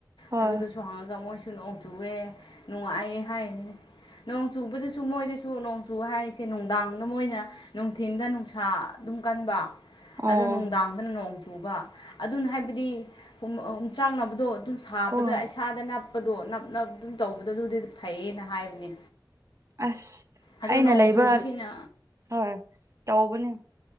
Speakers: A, on the right (about 40°); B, on the left (about 80°).
A: ꯍꯣꯏ
B: ꯑꯗꯨꯗꯁꯨ ꯍꯪꯉꯒ ꯃꯣꯏꯁꯨ ꯅꯣꯡ ꯆꯨꯑꯦ ꯅꯨꯡꯉꯥꯏꯌꯦꯦ ꯍꯥꯏꯅꯤ ꯅꯣꯡ ꯆꯨꯕꯗꯁꯨ ꯃꯣꯏꯗꯁꯨ ꯅꯣꯡꯆꯨ ꯍꯥꯏꯁꯦ ꯅꯨꯡꯗꯥꯡꯗ ꯃꯣꯏꯅ ꯅꯨꯡꯊꯤꯟꯗ ꯅꯨꯡꯁꯥ ꯑꯗꯨ ꯀꯟꯕ
A: ꯑꯣ
B: ꯑꯗ ꯅꯨꯡꯗꯥꯡꯗꯅ ꯅꯣꯡ ꯆꯨꯕ ꯑꯗꯨꯅ ꯍꯥꯏꯕꯗꯤꯆꯥꯛꯅꯕꯗꯣ ꯑꯗꯨꯝ ꯁꯥꯕꯗ
A: ꯍꯣꯏ
B: ꯏꯁꯥꯗ ꯅꯞꯄꯗꯣ ꯅꯞꯅꯞ ꯑꯗꯨꯝ ꯇꯧꯕꯗꯣ ꯑꯗꯨꯗꯤꯗꯤ ꯐꯩꯌꯦꯅ ꯕꯅꯦ
A: ꯑꯁ
B: ꯑ ꯅꯣꯡ
A: ꯑꯩꯅ ꯂꯩꯕ
B: ꯆꯨꯕꯁꯤꯅ
A: ꯍꯣꯏ ꯇꯧꯕꯅꯦ